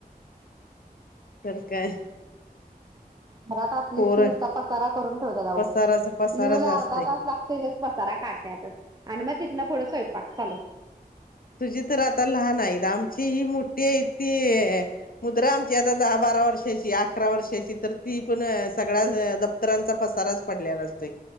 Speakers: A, on the left; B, on the right.
A: तर काय.
B: घरात असलीच
A: पोर
B: की नुसता पसारा करून ठेवता का हो.
A: पसाराच पसाराच
B: येऊन अर्धा
A: असतय
B: तास लागते तेच पसारा काढयातच आणि मग तिथनं पुढं स्वयंपाक चालू.
A: तुझी तर आता लहान आहेत आमची ही मोठी आहे ती मुद्रा आमची आता दहा बारा वर्षाची अकरा वर्षाची तर ती पण सगळ्या दप्तरांचा पसाराच पडलेला असतोय.